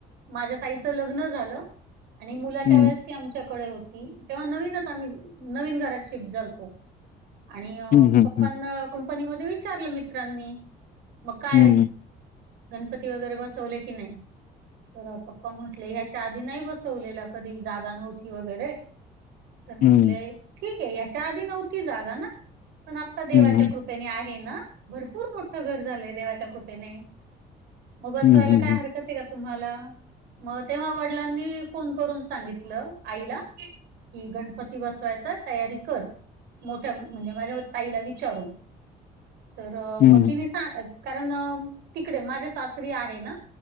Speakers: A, on the right; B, on the left.
A: माझ्या ताईच लग्न झालं आणि मुलाच्या
B: हम्म
A: वेळेस ती आमच्याकड हो ती तेव्हा नवीनच आम्ही नवीन घरात शिफ्ट झालतो. आणि
B: हम्म हम्म
A: पप्पांना कंपनीमध्ये विचारलं मित्रांनी. मग काय
B: हम्म
A: गणपती वगैरे बसवले की नाय? तर पप्पा म्हटले ह्या च्या आधी नाय बसवलेला कधी जागा नव्हती वगैरे, तर म्हटले
B: हम्म
A: ठीक ए याच्या आधी नव्हती जागा ना पण आत्ता देवाच्या
B: हम्म हम्म
A: कृ पेने आहे ना भरपूर मोठं घर झालंय देवाच्या कृपेने. मग बसवायला
B: हम्म हम्म हम्म हम्म
A: काय हरकत ए का तुम्हाला मग तेव्हा वडिलांनी फोन करून सांगितल आईला कि गणपती बसवायचाय तयारी कर मोठ्या म्हणजे माझ्या ताईला विचारून. तर
B: हम्म हम्म
A: तिने सां- कारण तिकडे माझ्या सासरी आहे ना